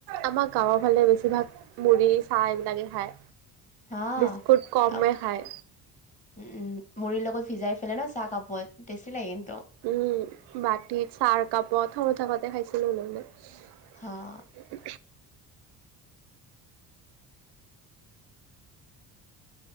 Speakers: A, on the right; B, on the left.
A: আমাৰ গাঁৱৰ ফালে বেছিভাগ মুড়ি চাহ এইবিলাকে খায়
B: হা
A: বিস্কুট কমে
B: উ
A: খায়।
B: উ মুৰিৰ লগত ভিজাই ছিলে ন চাহ কাপ বয় টেষ্টি লাগিল
A: উম বাতিত চাহ কাপত সৰু থাকোতে খাইছিলো ম মানে
B: হা